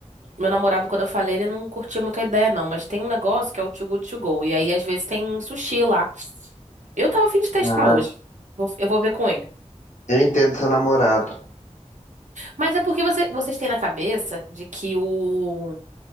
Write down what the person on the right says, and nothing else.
meu namorado, quando eu falei, ele não curtia muito a ideia, não. Mas tem um negócio que é o Too Good To Go. E aí, às vezes, tem sushi lá. Eu tava a fim de testar
hoje. Vou- Eu vou ver com ele.
Mas é porque você- vocês têm na cabeça de que o,